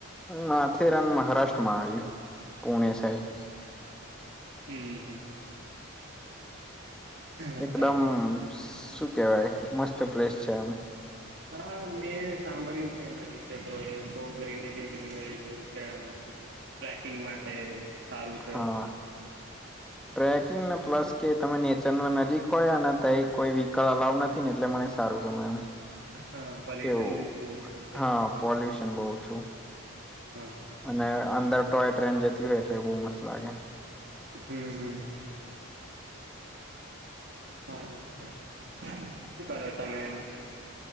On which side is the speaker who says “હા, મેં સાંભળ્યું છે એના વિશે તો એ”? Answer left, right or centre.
Right